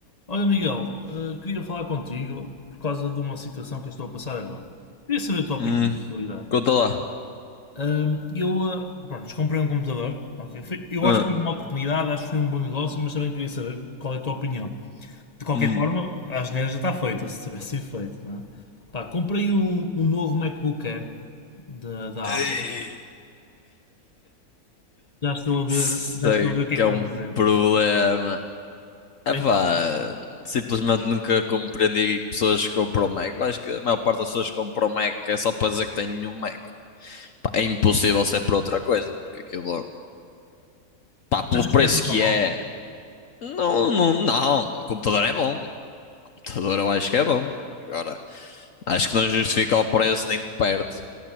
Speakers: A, on the left (about 25°); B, on the left (about 60°).
A: Olha, Miguel, eh, queria falar contigo por causa de uma situação que eu estou a passar agora. Queria saber a tua
B: Hum,
A: opinião, na realidade.
B: conta lá.
A: Ahm, eu, ah, pronto, comprei um computador, ok? Foi- eu
B: Ah,
A: acho que foi uma oportunidade, acho que foi um bom negócio, mas também queria saber qual é a tua opinião. De qualquer
B: hum.
A: forma, a asneira já está feita, se tivesse sido feito, não é? Pá, comprei um, um novo MacBook Air da, da
B: Ei,
A: Apple. Já estou a
B: Sei
A: ver, já estou a ver o que
B: que
A: é que
B: é um
A: vais dizer.
B: problema. Epá,
A: Então,
B: simplesmente nunca compreendi pessoas que compram Mac. Eu acho que a maior parte das pessoas que compram Mac é só para dizer que têm um Mac. Pá, é impossível ser para outra coisa, porque aquilo, pá, pelo
A: achas
B: preço
A: que é assim tão
B: que
A: mal?
B: é, não, não, não. O computador é bom. O computador eu acho que é bom. Agora, acho que não justifica o preço nem de perto.